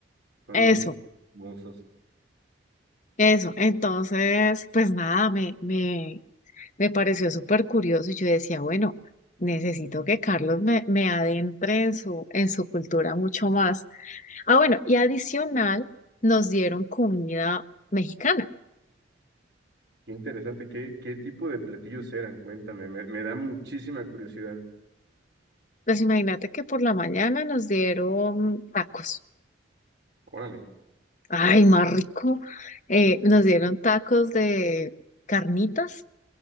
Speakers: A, on the right; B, on the left.
A: Son
B: Eso,
A: los famosos.
B: eso. Entonces, pues nada, me, me, Me pareció súper curioso y yo decía, bueno, necesito que Carlos me, me adentre en su, en su cultura mucho más. Ah, bueno, y adicional nos dieron comida mexicana.
A: Qué interesante, ¿qué, qué tipo de platillos eran? Cuéntame, me, me da muchísima curiosidad.
B: Pues imagínate que por la mañana nos dieron tacos.
A: Órale.
B: Ay, más rico. Eh, nos dieron tacos de carnitas,